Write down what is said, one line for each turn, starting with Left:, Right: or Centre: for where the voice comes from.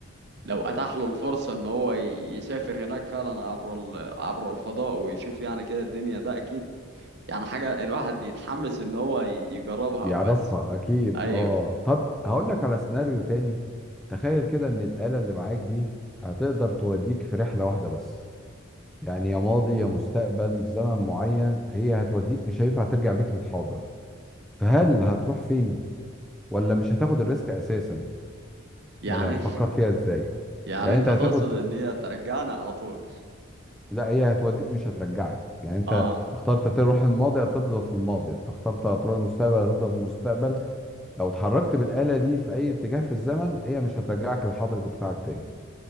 Right: لو اتاح له الفرصة ان هو ي- يسافر هناك فعلا عبر ال- عبر الفضاء ويشوف يعني كده الدنيا ده اكيد يعني حاجة الواحد يتحمس ان هو ي- يجربها
Centre: بيعرفها
Right: بس
Centre: اكيد
Right: ايوه
Centre: اه طب هقول لك على سيناريو تاني تخيل كده ان الآلة اللي معاك دي هتقدر توديك في رحلة واحدة بس يعني يا ماضي يا مستقبل زمن معين هي هتوديك مش هينفع ترجع بيك للحاضر فهل هتروح فين ولا مش هتاخد الريسك اساسا
Right: يعني
Centre: يعني هتفكر
Right: <laughs>
Centre: فيها ازاي
Right: يعني
Centre: يعني
Right: انت
Centre: انت
Right: تقصد
Centre: هتاخد
Right: ان هي ترجعني على طول
Centre: لا هي هتوديك مش هترجعك يعني انت
Right: اه
Centre: اخترت تروح الماضي هتفضل في الماضي انت اخترت هتروح المستقبل هتفضل في المستقبل لو اتحركت بالآلة دي في اي اتجاه في الزمن هي مش هترجعك للحاضر بتاعك تاني